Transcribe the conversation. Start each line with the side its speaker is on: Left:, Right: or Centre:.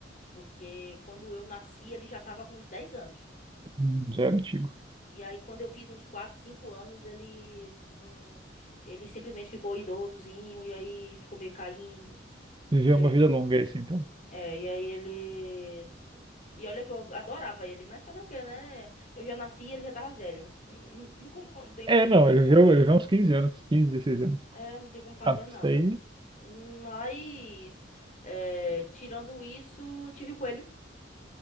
Left: Porque quando eu nasci, ele já tava com uns 10 anos.
Right: hum, já era antigo.
Left: E aí, quando eu fiz uns 4 5 anos, ele não. Ele simplesmente ficou idosozinho, e aí ficou meio caindo.
Right: Viveu
Left: E aí,
Right: uma vida longa esse, então.
Left: é, e aí ele. E olha que eu adorava ele, mas fazer o quê, né? Eu já nasci e ele já tava velho. Hum, Não tem como, não tenho
Right: É,
Left: como
Right: não,
Left: fazer
Right: ele
Left: nada.
Right: viveu, ele viveu uns 15 anos, 15, 16 anos.
Left: É, não tem como fazer
Right: Ah,
Left: nada.
Right: isso daí.
Left: Mas, é, tirando isso, tive o coelho.